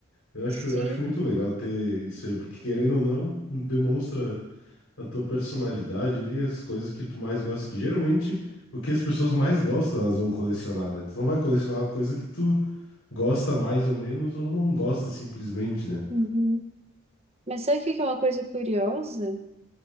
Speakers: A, on the left; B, on the right.
A: eu acho,
B: sim,
A: eu acho muito legal ter isso aí, porque querendo ou não, demonstra a tua personalidade ali, as coisas que tu mais gosta, que geralmente o que as pessoas mais gostam, elas vão colecionar, né? Tu não vai colecionar uma coisa que tu gosta mais ou menos, ou não gosta simplesmente, né?
B: uhum. Mas sabe o que que é uma coisa curiosa?